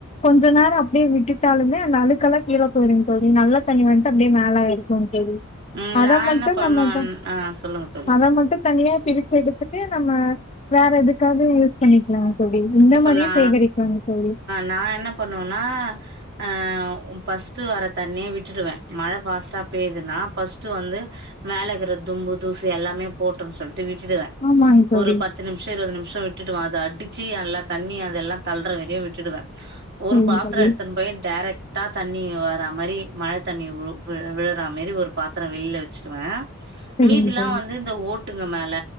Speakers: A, on the left (about 30°); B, on the right (about 55°).
A: கொஞ்சோ நேரோ அப்டியே விட்டு விட்டாலுமே அந்த அழுக்கல்லா கீழ போயிரு தோழி நல்ல தண்ணி வண்ட்டு அப்டியே மேல இருக்கு தோழி
B: ம்
A: அத
B: நா
A: மட்டு
B: என்ன பண்ணுவேன்
A: நம்ம த
B: ஆ சொல்லுங்க தோழி
A: அத மட்டு தனியா பிரிச்சி எடுத்துட்டு நம்ம வேற எதுக்காவது யூஸ் பண்ணிக்கலா எப்டி இந்த
B: இப்ப
A: மாரியே
B: நா
A: சேகரிக்கனு தோழி
B: நா என்ன பண்ணுவன்னா அ ஃபர்ஸ்ட்டு வர தண்ணிய விட்டுடுவே மழ ஃபாஸ்ட்டா பெய்யிதுன்னா ஃபர்ஸ்ட்டு வந்து மேல இருக்கற தும்பு தூசு எல்லாமே போட்டுன்னு சொல் ட்டு விட்டுடுவே
A: ஆமாங்க தோழி.
B: ஒரு பத்து நிமிஷோ இருவது நிமிஷோ விட்டுடுவே அத அடி ச்சில்லா தண்ணி அதெல்லா தள்ளற வரையும் விட்டுடுவே ஒரு
A: சரிங்க
B: பாத்தரம்
A: தோழி,
B: எடுத்து போயி டைரக்ட்டா தண்ணி வர்ற மாரி மழ தண்ணி விழு விழுறா மாரி ஒரு பாத்தரம் வெளியில வச்சி ச்சிருவேன்
A: சரிங்க
B: மீதில்லாம்
A: தோழி.
B: வந்து இந்த ஓட் ட்டுங்க மேல